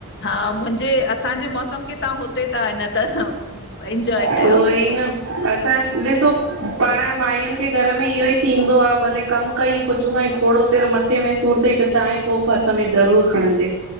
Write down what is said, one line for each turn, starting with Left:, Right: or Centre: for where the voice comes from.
Left: मुंजे असांजे मौसम खे तव्हां हुते ता न तहं एंजॉय कयो।
Right: उहो ई न असां ॾिसो पाण मायुन खे घर में इहो ई थींदो आ भले कमु कयूं कुझ कयूं थोरो तेेरो मत- मथे में सूर तइ त चांए कोप हथ में ज़रूर खणजे।